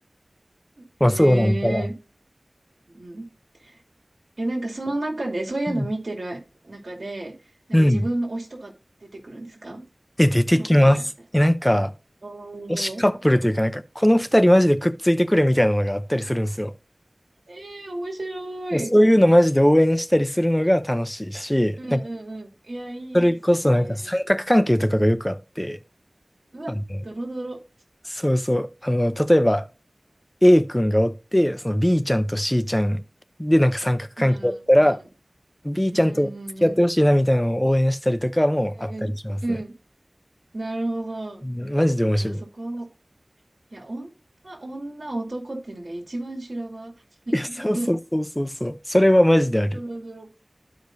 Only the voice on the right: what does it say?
へえ、
うん。え、なんかその中で、そういうの見てる中で、
なんか自分の推しとか出てくるんですか
この子いいな、みたいな。
お
ー
えー、面白い。
うんうんうん。
いや、いいですね。
うわ、
ドロドロ。
うん、うん、
うん、
うん、うん、うん、うん。なるほど。
いや、そこ、いや、女、女、男っていうのが一番修羅場。<laughs>
ドロドロ。